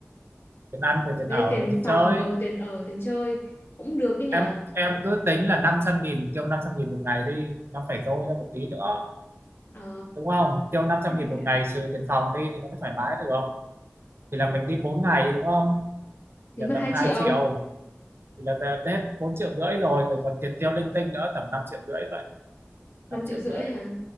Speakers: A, on the right (about 55°); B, on the left (about 45°).
A: tiền ăn rồi tiền
B: với
A: ở
B: tiền
A: rồi tiền
B: phòng
A: chơi
B: ở tiền ở tiền chơi cũng được cái nhở
A: em em
B: T-
A: cứ tính là năm trăm nghìn tiêu năm trăm nghìn một ngày đi nó phải dôi ra một tí nữa
B: ờ
A: đúng không tiêu năm trăm
B: thế
A: nghìn
B: thì
A: một ngày trừ tiền phòng đi thì nó mới thoải mái được thì là mình đi bốn ngày đúng không
B: thì
A: thì là
B: mất
A: tầm
B: hai
A: hai
B: triệu
A: triệu thì là t- Tết bốn triệu rưỡi rồi rồi còn tiền tiêu linh tinh nữa tầm năm triệu rưỡi vậy
B: năm
A: năm
B: triệu
A: triệu
B: rưỡi
A: rưỡi
B: à